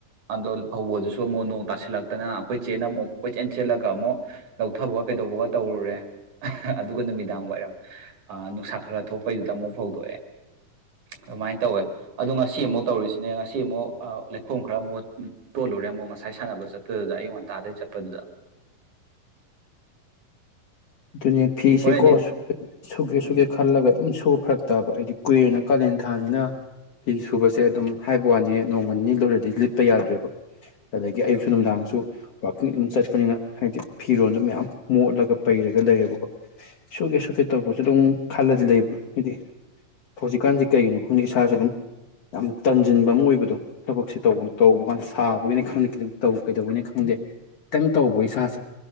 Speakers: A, on the right; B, on the left.
A: ꯑꯗꯣ ꯐꯧꯕꯗꯨꯁꯨ ꯃꯨꯛ ꯅꯣꯡ ꯇꯥꯁꯤꯜꯂꯛꯇꯅ ꯑꯩꯈꯣꯏ ꯆꯦꯅ ꯑꯃꯨꯛ ꯀꯣꯏꯆꯦꯟ ꯆꯦꯜꯂꯒ ꯑꯃꯨꯛ ꯂꯧꯊꯕꯒ ꯀꯩꯗꯧꯕꯒ ꯇꯧꯔꯨꯔꯦ ꯑꯗꯨꯒ ꯅꯨꯃꯤꯗꯥꯡ ꯋꯥꯏꯔꯝ ꯑꯥ ꯅꯨꯡꯁꯥ ꯈꯔ ꯈꯔ ꯊꯣꯛꯄꯩꯗꯨꯗ ꯑꯃꯨꯛ ꯐꯧꯗꯣꯛꯑꯦ ꯑꯗꯨꯃꯥꯏꯅ ꯇꯧꯋꯦ ꯑꯗꯣ ꯉꯁꯤ ꯑꯃꯨꯛ ꯇꯧꯔꯤꯁꯤꯅꯦ ꯉꯁꯤ ꯑꯃꯨꯛ ꯑꯥꯎ ꯂꯩꯈꯣꯝ ꯈꯔ ꯑꯃꯨꯛ ꯇꯣꯜꯂꯨꯔꯦ ꯑꯃꯨꯛ ꯉꯁꯥꯏ ꯁꯥꯟꯅꯕ ꯆꯠꯄꯗꯨꯗ ꯑꯩꯌ ꯉꯟꯇꯥꯗꯩ ꯆꯠꯄꯗꯨꯗ
B: ꯑꯗꯨꯅꯦ ꯐꯤꯁꯦꯀꯣ
A: ꯍꯣꯔꯦꯟꯗꯤ
B: ꯁꯨꯒꯦ
A: ꯎꯝ
B: ꯁꯨꯒꯦ ꯈꯜꯂꯒ ꯑꯗꯨꯝ ꯁꯨ ꯐꯔꯛ ꯇꯥꯕ ꯍꯥꯏꯗꯤ ꯀꯨꯏꯔꯦꯅ ꯀꯥꯂꯦꯟ ꯊꯥꯡꯅꯤꯅ ꯐꯤ ꯁꯨꯕꯁꯦ ꯑꯗꯨꯝ ꯍꯥꯏꯕ ꯋꯥꯅꯦ ꯅꯣꯡꯃ ꯅꯤꯅꯤ ꯂꯤꯠꯂꯨꯔꯗꯤ ꯂꯤꯠꯄ ꯌꯥꯗ꯭ꯔꯦꯕ ꯑꯗꯒꯤ ꯑꯌꯨꯛꯁꯨ ꯅꯨꯡꯗꯥꯡꯁꯨ ꯋꯀꯤꯡ ꯑꯗꯨꯝ ꯆꯠꯄꯅꯤꯅ ꯍꯥꯏꯗꯤ ꯐꯤꯔꯣꯟꯗꯣ ꯃꯌꯥꯝ ꯃꯣꯠꯂꯒ ꯄꯩꯔꯒ ꯂꯩꯌꯦꯕꯀꯣ ꯁꯨꯒꯦ ꯁꯨꯒꯦ ꯇꯧꯕꯁꯨ ꯑꯗꯨꯝ ꯈꯜꯂꯗꯤ ꯂꯩꯕ ꯍꯥꯏꯗꯤ ꯍꯧꯖꯤꯛꯀꯥꯟꯁꯦ ꯀꯩꯒꯤꯅꯣ ꯈꯪꯗꯦ ꯏꯁꯥꯁꯦ ꯑꯗꯨꯝ ꯌꯥꯝ ꯇꯟꯖꯤꯟꯕ ꯑꯃ ꯑꯣꯏꯕꯗꯣ ꯊꯕꯛꯁꯦ ꯇꯧ ꯇꯧꯕ ꯀꯥꯟ ꯁꯥꯕꯒꯤꯅꯤ ꯈꯪꯗꯦ ꯀꯩꯗꯧꯕꯒꯤꯅꯦ ꯈꯪꯗꯦ ꯈꯤꯇꯪ ꯇꯧꯕꯒꯤ ꯏꯁꯥꯁꯦ